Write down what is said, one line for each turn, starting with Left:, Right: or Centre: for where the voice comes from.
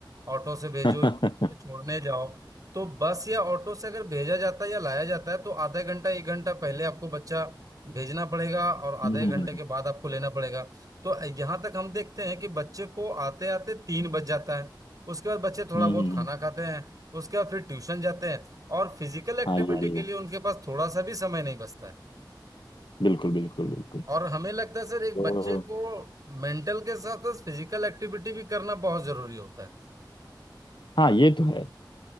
Right: ऑटो से भेजो
Left: <laughs> हम्म
Right: छोड़ने जाओ तो बस या ऑटो से अगर भेजा जाता है या लाया जाता है तो आधा घंटा एक घंटा पहले आपको बच्चा भेजना पड़ेगा और आधा
Left: हम्म
Right: एक घंटे
Left: हम्म,
Right: के बाद आपको लेना पड़ेगा तो यहाँ तक हम देखते हैं कि बच्चे को आते आते तीन बज जाता है उसके बाद बच्चे थोड़ा
Left: हम्म,
Right: बहुत
Left: हम्म।
Right: खाना खाते हैं उसके बाद फिर ट्यूशन जाते हैं और फिजिकल भाई एक्टिविटी
Left: हाँ ये भी
Right: के
Left: है
Right: लिए उनके पास थोड़ा सा भी समय नहीं बचता है
Left: बिल्कुल बिल्कुल बिल्कुल
Right: और हमें लगता है सर एक
Left: तो
Right: बच्चे को मेंटल के साथ साथ फिजिकल एक्टिविटी भी करना बहुत जरूरी होता है
Left: हाँ ये तो है